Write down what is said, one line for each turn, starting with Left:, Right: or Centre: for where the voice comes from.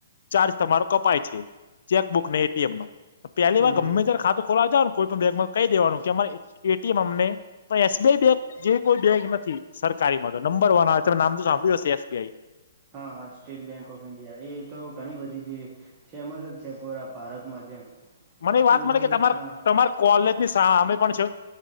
Left: ચાર્જ તમારો કપાય છે. ચેકબુકને એ ટી એમ નો. પેલી
Right: હમ
Left: વાર ગમે
Right: હમ
Left: ત્યાર
Right: બરાબર
Left: ખાતું ખોલાવા જાવન કોઈ પણ બેંકમાં કઈ દેવાનું કે અમારે એ ટી એમ અમને પણ એસ બી આઈ બેક જેવી કોઈ બેંક નથી સરકારી મા નંબર વન આવે તમે નામ તો સાંભળ્યું હશે? આઈ
Right: હા હા સ્ટેટ બેન ઓફ ઇન્ એ તો ઘણી બધી જે ફેમસ જ છે, પૂરા ભારતમાં જેમ
Left: મને એવી વાત
Right: તે
Left: મલી કે તમાર
Right: હા
Left: તમાર કોલેજની સામેં પણ છ.